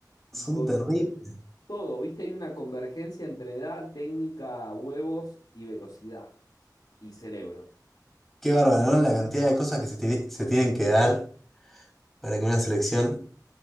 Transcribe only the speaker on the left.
Y
con
todo, ¿viste? Hay una convergencia entre edad, técnica, huevos y velocidad y cerebro.